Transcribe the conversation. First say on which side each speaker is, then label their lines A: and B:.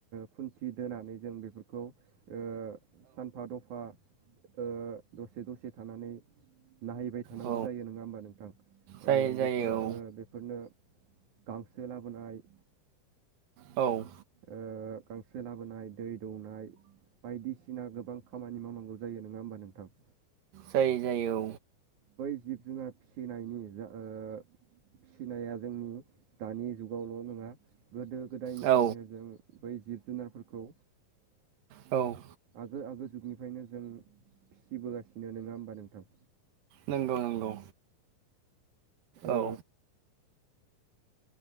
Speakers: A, on the right; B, on the right.
A: खुनथि दोनानै जों बेफोरखौ ओ सानफा दफा ओ दसे दसे थानानै नायहैबाय जानांगौ
B: औ
A: जायो नङा होनबा बा नोंथां
B: जायो जायो
A: बेफोरनो गांसो लाबोनाय
B: औ
A: ओ गांसो लाबोनाय दै दौनाय बायदिसिना गोबां खामानि मावनांगौ जायो नङा होमबा नोंथां
B: जायो जायो
A: बै जिब जुनार फिसिनायनि जा ओ फिसिनाया जोंनि दानि जुगावल' नङा गोदो गोदाय
B: औ
A: गोदोनिफ्रायनो नो जों बै जिब जुनारफोरखौ
B: औ
A: आगो आगो जुगनिफ्रायनो जों फिसिबोगासिनो नङा होमबा नोंथां
B: नंगौ नंगौ
A: ओ
B: औ